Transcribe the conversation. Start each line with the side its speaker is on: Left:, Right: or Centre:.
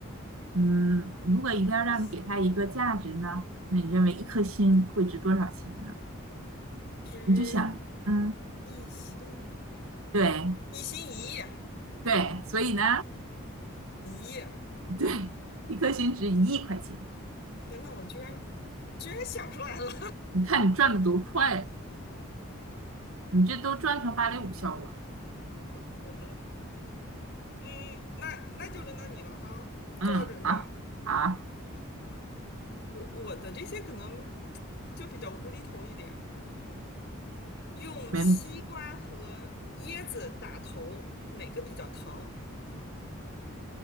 Right: 嗯，如果一定要让你给他一个价值呢，
Left: 一颗心
Right: 那你认为一颗心会值多少钱呢？
Left: 值
Right: 你就想，嗯，
Left: 一心
Right: 对。
Left: 一心一意
Right: 对，所以呢，
Left: 一亿，
Right: 对，一颗星值一亿块钱，
Left: 天呐，我居然居然想出来了，
Right: 你看你赚的多快，你这都赚成芭蕾舞效果了。
Left: <laughs> 天呐，嗯，那那就轮到你了哈，
Right: 嗯，
Left: 做好准备。
Right: 好，好，
Left: 我我的这些可能就比较无厘头一点，用西瓜和椰子打头，
Right: 没问题。
Left: 哪个比较疼？